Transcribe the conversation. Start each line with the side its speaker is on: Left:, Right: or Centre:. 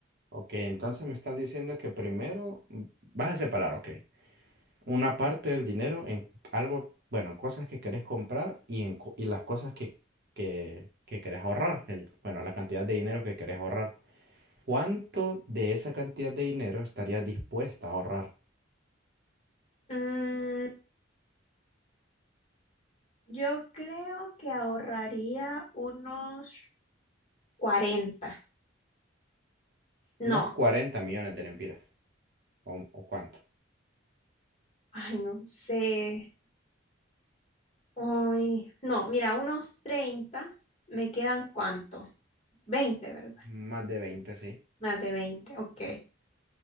Right: Ok, entonces me estás diciendo que primero mm, vas a separar, ok, una parte del dinero en algo, bueno, cosas que querés comprar y, en, co- y las cosas que, que, que querés ahorrar, el, bueno, la cantidad de dinero que querés ahorrar. ¿Cuánto de esa cantidad de dinero estarías dispuesta a ahorrar?
Left: Mm, yo creo que ahorraría unos cuarenta
Right: Unos
Left: No,
Right: 40 millones de lempiras, o, o cuánto?
Left: ay, no sé. Ay, no, mira, unos treinta ¿Me quedan cuánto? veinte ¿verdad?
Right: Más de 20, sí.
Left: Más de veinte ok.